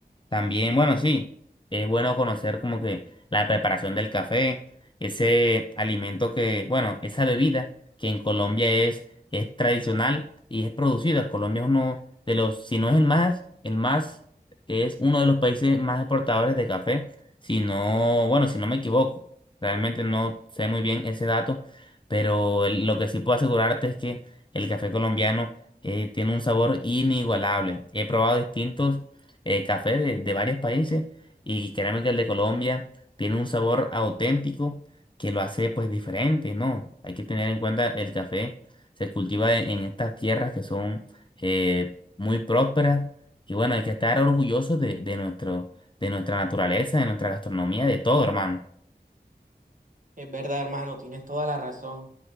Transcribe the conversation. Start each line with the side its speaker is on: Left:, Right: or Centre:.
Left: También, bueno, sí, es bueno conocer como que la preparación del café, ese alimento que, bueno, esa bebida que en Colombia es, es tradicional y es producida. Colombia es uno de los, si no es el más, el más, es uno de los países más exportadores de café, si no, bueno, si no me equivoco, realmente no sé muy bien ese dato, pero el- lo que sí puedo asegurarte es que el café colombiano eh, tiene un sabor inigualable. He probado distintos eh, café de, de varios países y créanme que el de Colombia tiene un sabor auténtico que lo hace pues diferente, ¿no? Hay que tener en cuenta el café se cultiva en, en estas tierras que son eh, muy prósperas y bueno, hay que estar orgullosos de, de nuestro, de nuestra naturaleza, de nuestra gastronomía, de todo, hermano.
Right: Es verdad, hermano, tienes toda la razón.